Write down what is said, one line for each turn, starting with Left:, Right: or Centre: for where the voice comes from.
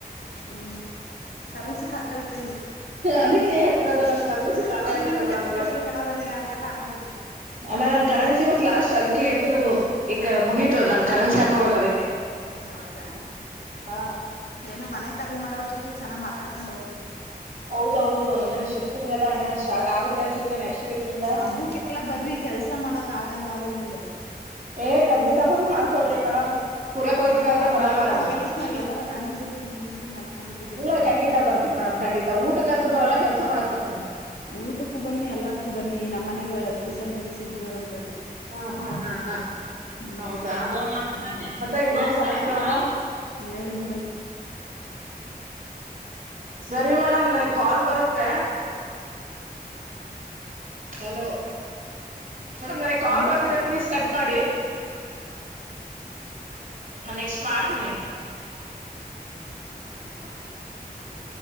Left: ಹ್ಮ್ ಕರಸಿ ಖಾಗಲ್ಲತ್ತ
Right: ಅದಕ್ಕೆ ಹೇಳಿದ್ರದು
Left: ಈ
Right: ನನ್ ಕರೆನ್ಸಿ ಖಾಲಿ
Left: ಒನ್
Right: ಆಗುತ್ತೆ
Left: ಲಮಿಟೆಡ್
Right: ಮೇಡಮ್
Left: ಕಟ್ರಿ ಮೇಡವರ ಹಂಗೆಲ್ಲಾ ಆಡ್ಬಿಡ್ರಿ
Right: ಅಲ್ಲಾ ನನ್ ಕರೆನ್ಸಿ ಇವತ್ ಲಾಸ್ಟ್ ಅದಕ್ಕೆ ಹೇಳ್ತಿರೋದು ಈಗ ಮುಗತದ
Left: ಹ್ಮ್
Right: ನಾನ್ ಕರೆನ್ಸಿ ಹಾಕೋಬೇಕು ಅದಕ್ಕೆ
Left: ಹೌದಾ
Right: ಹಾ
Left: ಏನು ಮನೆ ಖಾಲಿ ಮಾಡೋಷ್ಟೊ ಮ ಚನ್ನಾಗಿ ಮಾತಾಡ್ಕೊಂಡ್ ಹೋಗ್ಬಿ್ರಿ
Right: ಹೌದೌದು ಇನ್ನೇನ್ ಶಿಫ್ಟಿಂಗ್ಲ್ಲ ಇನ್ನೇನ್ ಸ್ಟಾರ್ಟ್ಗುತ್ತೆ ಅನ್ಸುತ್ತೆ ನೆಕ್ಸ್ಟ್ ವೀಕ್ ಇಂದ
Left: ಅಬ್ಬುಕ್ಕೆಲ್ಲ ಬರ್ರಿ ಕೆಲ್ಸ ಮಾಡಕ್ ಆಗಲ್ಲ ಊರಿಂದ
Right: ಏ ಖಂಡಿತ ಬಂದ್ ಮಾಡ್ಕೊಡ್ತೀನಿ ಮೇಡಮ್ ಕುರಕ್ೋಯ್ತಿರ
Left: ಮಾಡ್ದ
Right: ಅಂದ್ರೆ ಬರಲ್
Left: ಮಾಡ್ದಂಗೆಲ್ಲ
Right: ಬರಾನ
Left: ಎಲ್ಲಾರ ಗಂಡನ ಜೊತೆಗ್ ಮುನ್ಸ್ಕೊಂಡ್ ಮಲ್ಕೊಂಡ್ಬಿಟ್ಟಿದೀರಾ
Right: ಇಲ್ಲ
Left: ಮೇಡಮ್
Right: ಖಂಡಿತ ಬರ್ತನ್ ಮೇಡ್ ಖಂಡಿತ ಊಟಕಂತ ಬರಲ್ಲ ಕೆಲ್ಸ ಮಾಡಕ್ ಬರ್ತನಿ
Left: ಊಟಕ್ಕೂ ಬನ್ನಿ ಎಲ್ಲದಕ್ಕೂ ಬನ್ನಿ ನಮ್ಮ್ನೆಗೂ ಎರಡ್ ದಸ ಮೂರ್ ದಿವಸ ಇದ್ದ ಅಂತ
Right: ಹಾ ಹಾ್ ಹಾ ಹಾ
Left: ಹ್ಮ್
Right: ಹೌದಾ
Left: ಹ್ಮ್
Right: ಮತ್ತೆ ಇನ್ನೇ ಸಮಸರ ಹ
Left: ಹೇಳಿ ಮೇಡಮ್
Right: ಸರಿ ಮೇಡಮ್ ನನಗ್ ಕಾಲ್ ಬರುತ್ತೆ ಹಲೋ ಮೇಡಮ್ ನನ ಕಾ
Left: ಹ್ಮ
Right: ಬರ್ತಿದೆ
Left: ಓಕೆ
Right: ಪ್ಲೀಸ್ ಕಟ್ ಮಾಡಿ ನಾ ನೆಕ್ಸ್ಟ್ ಮಾಡ್ತೀನಿ ಅ